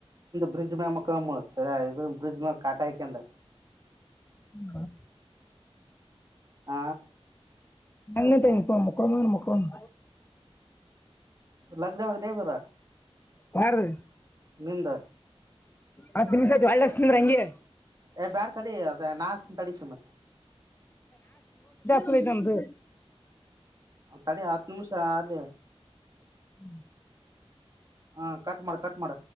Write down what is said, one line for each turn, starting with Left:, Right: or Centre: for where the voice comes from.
Right: ಬ್ರಿಜ್ಮಮ್ಯಾಗ ಮಕ್ಕಳಮ್ ಸೃದು ಬ್ರಿಜಮ್ಯಾಗ ಕಾಟಾ ಹೈಕಂದ
Left: ಹ್ಮ <unintelligible>
Right: ಹ
Left: ನಿಟೆನಪ ಮಕ್ಕೊಳಮಂದ್ರ ಮಕ್ಕಳಮ
Right: ಲಗ್ನ ಹೋಗ್ಲೆ ಬರ
Left: ಯಾರೀ
Right: ನಿಂದ
Left: ಹತ್ತ ನಿಮಿಷ ಆತ ಹೊಳ್ಳ ಹಸ್ತಿನಿಂದ್ರ ಹಂಗೆ
Right: ಏ ಬ್ಯಾಡ ತಡಿ ಅದ ನಾ ಹಸ್ತೀನಿ ತಡಿ ಸುಮ್ಮ
Left: ತ್ದ ನಂದು
Right: ತಡಿ ಹತ್ತು ನಿಮಿಷ ಆಲಿ
Left: ಹ್ಮ್
Right: ಹಾ ಕಟ್ ಮಾಡ ಕಟ್ ಮಾಡ